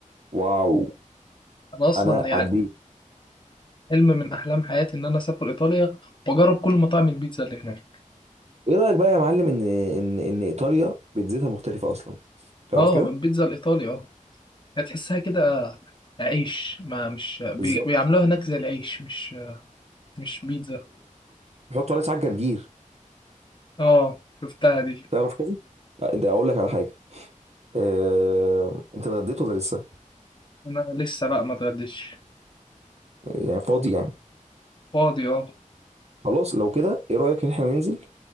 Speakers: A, on the right; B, on the left.
A: واو
B: انا اصلا
A: انا
B: يعني
A: عديت
B: حلم من احلام حياتي ان انا اسافر ايطاليا واجرب كل مطاعم البيتزا اللي هناك
A: ايه رايك بقى يا معلم ان ان ان ايطاليا بيتزتها مختلفه اصلا تعرف
B: اه
A: كده
B: البيتزا الايطالي اه هتحسها كده عيش ما مش بي-
A: بالظبط
B: بيعملوها هناك زي العيش مش مش بيتزا
A: بيحطوا عليه ساعات جرجير
B: اه شفتها دي
A: تعرف كده لا، ده اقول لك على حاجه أه... انت اتغديت ولا لسه
B: انا لسه بقى ما اتغديتش
A: يعني فاضي يعني
B: فاضي اه
A: خلاص لو كده ايه رأيك ان احنا ننزل